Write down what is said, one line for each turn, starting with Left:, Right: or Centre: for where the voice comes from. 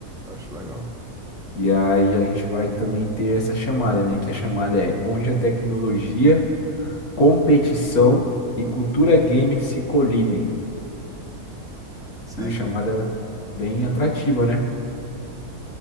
Centre: Eu acho legal.
Left: E aí a gente vai também ter essa chamada, né? Que a chamada é Onde a Tecnologia, Competição e Cultura Gamer se colidem.
Centre: Sim,
Left: É uma chamada bem atrativa, né?